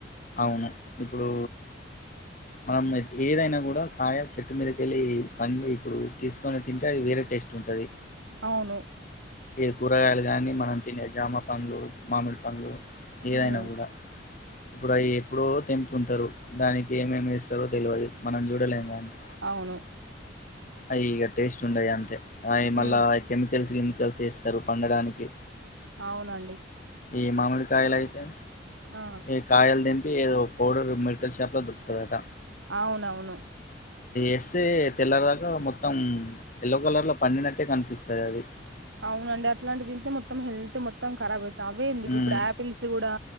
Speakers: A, on the left; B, on the right.
A: అవును ఇప్పుడు మనం ఏదైనా కూడా కాయన్ చెట్టు మీదకెళ్ళి పండు ఇప్పుడు తీసుకొని తింటే అది వేరే టేస్ట్ ఉం ఉంటది
B: అవును
A: ఏ కూరగాయలు గని మనం తినే జామ పండ్లు మామిడి పండ్లు ఏదైన
B: ఉమ్
A: కూడా ఇప్పుడు అవి ఎప్పుడో తెంపుంటారు దానికి ఏమేమి వేస్తారో తెలియదు మనం చూడలేము కదా అండి
B: అవును
A: అవి ఇగ టేస్ట్ ఉండయి అంతే అవి మళ్ళా
B: ఉమ్
A: కెమికల్స్ కెమికల్స్ వేస్తారు పండడానికి
B: అవునండి
A: ఏ మామిడి కాయలైతే
B: ఆ
A: ఈ కాయలు తెంపి ఏదో పౌడర్ మెడికల్ షాప్ లో దొరుకుతదట
B: అవునవును
A: ఎస్తే తెల్లరే దాకా మొత్తం ఎల్లో కలర్ ల పండినట్టే కనిపిస్తది అది
B: అవునండి అట్లాంటివి తింటే మొత్తం హెల్త్ మొత్తంఖరాబ్ అవుతది అవే ఎందుకు
A: ఉమ్
B: ఇప్పుడు ఆపిల్స్ కూడా